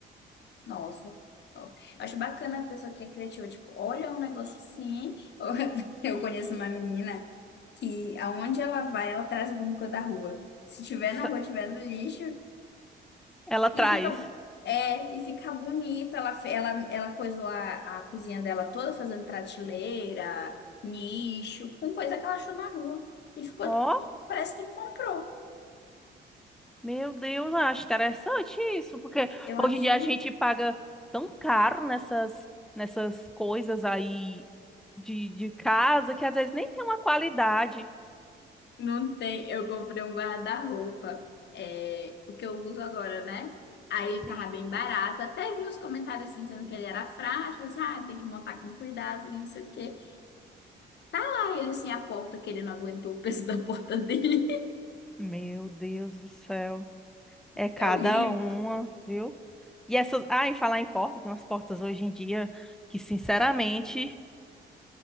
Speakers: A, on the left; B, in the centre.
A: Nossa, top. Eu acho bacana a pessoa que é criativa, tipo, olha um negócio assim. <laughs> Eu conheço uma menina que aonde ela vai, ela traz alguma coisa da rua. Se tiver
B: S-
A: na rua, tiver no lixo,
B: Ela traz.
A: e fica é, e fica bonita. Ela fe- ela ela coisou a, a cozinha dela toda fazendo prateleira, nicho, com coisa que ela achou na rua. E ficou
B: Ó,
A: tipo, parece que comprou.
B: meu Deus, acho interessante isso, porque
A: Eu acho
B: hoje em dia a gente paga tão caro nessas nessas coisas aí de, de casa que às vezes nem tem uma qualidade.
A: Não tem, eu comprei um guarda-roupa, é, o que eu uso agora, né? Aí ele
B: Sim.
A: tava bem barato, até vi os comentários assim, dizendo que ele era frágil, assim, ah, tem que montar com cuidado, não sei o quê. Aí ele assim, a porta que ele não aguentou o peso <laughs> da porta dele. <laughs>
B: Meu Deus do céu. É cada
A: É horrível.
B: uma, viu? E essas. Ah, em falar em porta, tem umas portas hoje em dia que, sinceramente,